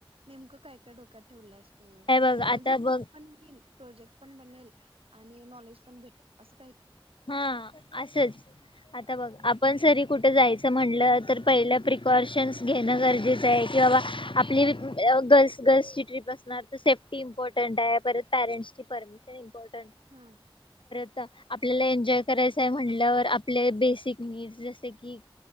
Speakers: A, on the right; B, on the left.
A: नेमकं काय, काय डोक्यात ठेवल्यास? तु
B: हे बघ
A: कि म्हणजे
B: आता बघ
A: पण मी प्रोजेक्ट पण बनेल आणि नॉलेज पण भेटेल अस
B: हा असंच. आता बघ
A: हम्म
B: आपण सरी कुठं जायचं? असं म्हटलं तर पहिलं प्रिकॉशन्स घेणं गरजेचं आहे. की बाबा आपली गर्ल्स गर्ल्सची ट्रीप असणार, तर सेफ्टी इम्पॉर्टंट आहे, परत पॅरेंट्सची परमिशन इम्पॉर्टं
A: हम्म.
B: ता आप आपल्याला एन्जॉय करायचं आहे म्हटलंवर आपले बेसिक नीड्स जसे की,